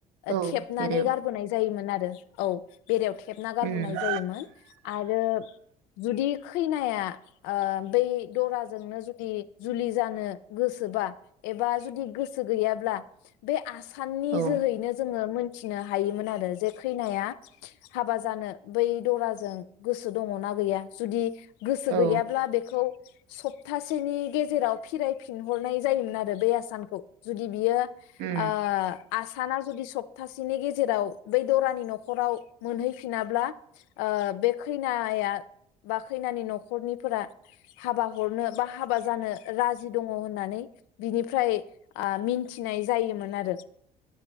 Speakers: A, on the right; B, on the left.
A: औ
B: थेबनानै
A: बेरेव
B: गारबोनाय जायोमोन आरो औ बेेरायाव थु थेबना गारबोनाय
A: उम
B: जायोमोन आरो जुदि। खैनाया बै दराजोंनो जुदि जुलि जानो गोसोबा एबा जुदि गोसो गैयाब्ला बे आसानखौ साननि
A: औ
B: जोहैनो जोङो मोन मिथिनो हायोमोन आरो जे खैनाया हाबा जानो बै दराजों गोसो दङ ना गैया जुदि गोसो गैयाब्ला
A: औ
B: बेखौ सप्तासेनि गेजेराव फिरायफिनहरनाय जायोमोन आरो बे आसानखौ जुदि बियो
A: उम
B: आ। आसाना जुदि सप्तासेनि गेजेराव बै दरानि न'खराव मोनहैफिनाब्ला बे खैनाया बा खैनानि न'खरनिफोरा हाबा हरनो बा हाबा जानो राजि दङ होननानै बिनिफ्राय मिन्थिनाय जायोमोन आरो